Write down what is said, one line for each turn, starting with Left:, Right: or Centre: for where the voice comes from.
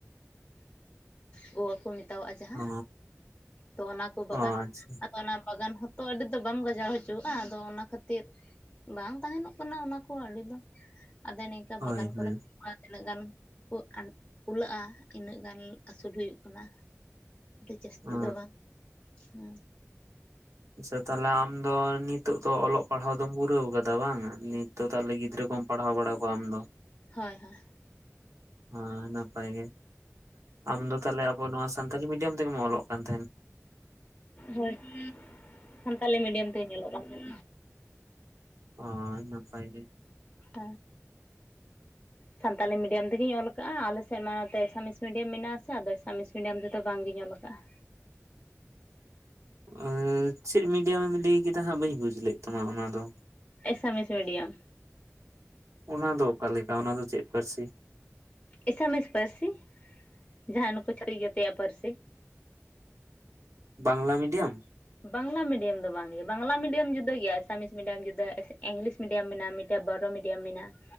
Left: ᱜᱩᱣᱟᱹ ᱠᱚ ᱢᱮᱛᱟᱣᱟᱜᱼᱟ ᱡᱟᱦᱟᱸ
Right: ᱚ
Left: ᱛᱚ ᱚᱱᱟ ᱠᱚ ᱵᱟᱜᱟᱱ
Right: ᱚ ᱟᱪᱪᱷᱟ
Left: ᱚᱱᱟ ᱵᱟᱜᱟᱱ ᱦᱚᱸᱛᱚ ᱟᱹᱰᱤ ᱫᱚ ᱵᱟᱢ ᱜᱚᱡᱟᱣ ᱦᱚᱪᱚᱣᱟᱜᱼᱟ ᱟᱫᱚ ᱚᱱᱟ ᱠᱷᱟᱹᱛᱤᱨ ᱵᱟᱝ ᱛᱟᱸᱦᱮᱱᱚᱜ ᱠᱟᱱᱟ ᱚᱱᱟ ᱠᱚ ᱟᱹᱰᱤ ᱫᱚ ᱟᱫᱚ ᱱᱤᱝᱠᱟ
Right: ᱦᱳᱭ
Left: ᱵᱟᱜᱟᱱ
Right: ᱦᱳᱭ
Left: ᱠᱚᱨᱮ ᱛᱤᱱᱟᱹᱜ ᱜᱟᱱ ᱠᱚ ᱟ ᱠᱩᱞᱟᱹᱜᱼᱟ ᱤᱱᱟᱹᱜ ᱜᱟᱱ ᱟᱹᱥᱩᱞ ᱦᱩᱭᱩᱜ ᱠᱟᱱᱟ ᱤᱡᱟᱹᱥᱛᱤ
Right: ᱚ
Left: ᱫᱚ ᱵᱟᱝ ᱦᱩ
Right: ᱥᱮ ᱛᱷᱟᱞᱮ ᱟᱢ ᱫᱚ ᱱᱤᱛᱚᱜ ᱫᱚ ᱚᱞᱚᱜ ᱯᱟᱲᱦᱟᱣ ᱫᱚᱢ ᱯᱩᱨᱟᱹᱣ ᱠᱟᱫᱟ ᱵᱟᱝ ᱱᱤᱛ ᱫᱚ ᱛᱷᱟᱞᱮ ᱜᱤᱫᱽᱨᱟᱹ ᱠᱚᱢ ᱯᱟᱲᱦᱟᱣ ᱵᱟᱲᱟ ᱠᱚᱣᱟ ᱟᱢ ᱫᱚ
Left: ᱦᱳᱭ ᱦᱳᱭ
Right: ᱟ ᱱᱟᱯᱟᱭ ᱜᱮ ᱟᱢᱫᱚ ᱛᱷᱟᱞᱮ ᱟᱵᱚ ᱱᱚᱣᱟ ᱥᱟᱱᱛᱟᱞᱤ ᱢᱤᱰᱤᱭᱟᱢ ᱛᱮᱜᱮᱢ ᱚᱞᱚᱜ ᱠᱟᱱ ᱛᱟᱦᱮᱸᱱ
Left: ᱦᱳᱭ ᱥᱟᱱᱛᱟᱞᱤ ᱢᱤᱰᱤᱭᱟᱢ ᱛᱮᱜᱮᱧ ᱚᱞᱚᱜ ᱠᱟᱱ ᱛᱟᱦᱮᱫ
Right: ᱚᱚ ᱱᱟᱯᱟᱭ ᱜᱮ
Left: ᱴᱟ ᱥᱟᱱᱛᱟᱞᱤ ᱢᱤᱰᱤᱭᱟᱢ ᱛᱮᱜᱮᱧ ᱚᱞᱟᱠᱟᱜ-ᱟ ᱟᱞᱮᱱᱥᱮᱫ ᱢᱟ ᱮᱱᱛᱮ ᱟᱥᱟᱢᱤᱥ ᱢᱤᱰᱤᱭᱟᱢ ᱢᱮᱱᱟᱜᱼᱟ ᱥᱮ ᱟᱫᱚ ᱟᱥᱟᱢᱤᱥ ᱢᱤᱰᱤᱭᱟᱢ ᱛᱮᱫᱚ ᱵᱟᱝᱜᱤᱧ ᱚᱞ ᱟᱠᱟᱜᱼᱟ
Right: ᱮᱮᱭ ᱪᱮᱫ ᱢᱤᱰᱤᱭᱟᱢᱮᱢ ᱞᱟᱹᱭ ᱠᱮᱫᱟ ᱦᱟᱸᱜ ᱵᱟᱹᱧ ᱵᱩᱡᱷ ᱞᱮᱫ ᱛᱟᱢᱟ ᱚᱱᱟ ᱫᱚ
Left: ᱮᱥᱟᱢᱮᱥ ᱢᱤᱰᱤᱭᱟᱢ
Right: ᱚᱱᱟ ᱫᱚ ᱚᱠᱟ ᱞᱮᱠᱟ ᱚᱱᱟ ᱫᱚ ᱪᱮᱫ ᱯᱟᱹᱨᱥᱤ
Left: ᱮᱥᱟᱢᱤᱥ ᱯᱟᱹᱨᱥᱤ ᱡᱟᱦᱟᱸ ᱱᱩᱠᱩ ᱪᱷᱟᱛᱤᱠ ᱡᱟᱹᱛᱤᱭᱟᱜ ᱯᱟᱹᱨᱥᱤ
Right: ᱵᱟᱝᱞᱟ ᱢᱤᱰᱤᱭᱟᱢ᱾
Left: ᱵᱟᱝᱞᱟ ᱢᱤᱰᱤᱭᱟᱢ ᱫᱚ ᱵᱟᱝ ᱜᱮ ᱵᱟᱝᱞᱟ ᱢᱤᱰᱤᱭᱟᱢ ᱡᱩᱫᱟᱹ ᱜᱮᱭᱟ ᱮᱥᱟᱢᱤᱥ ᱢᱤᱰᱤᱭᱟᱢ ᱡᱩᱫᱟᱹ ᱤᱝᱞᱤᱥ ᱢᱤᱰᱤᱭᱟᱢ ᱢᱮᱱᱟᱜᱼᱟ ᱢᱤᱫᱴᱮ ᱵᱚᱨᱚ ᱢᱤᱰᱤᱭᱟᱢ ᱢᱮᱱᱟᱜᱼᱟ